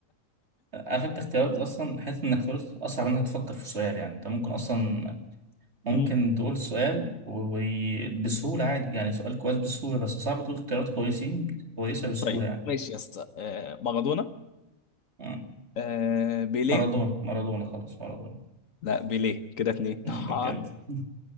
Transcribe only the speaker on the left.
مم.
طيب
ماشي يا اسطى آه، مارادونا
آه، بيليه
لا بيليه كده اتنين
<laughs>